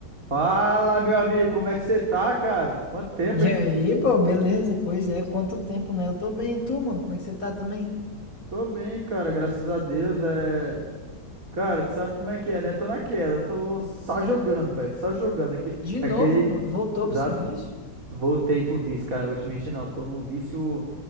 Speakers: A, on the right; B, on the left.
A: Fala, meu amigo, como é que você tá, cara? Quanto tempo,
B: E
A: hein?
B: aí, pô, beleza? Pois é, quanto tempo, né? Eu tô bem, e tu, mano? Como é que você tá também?
A: Tô bem, cara, graças a Deus. É... Cara, tu sabe como é que é, né? Tô naquela, tô só jogando, velho, só jogando. Aqui,
B: De novo,
A: aquele.
B: mano, voltou
A: Exato.
B: pro serviço?
A: Voltei pro vício, cara, não vou te mentir, não. Tô num vício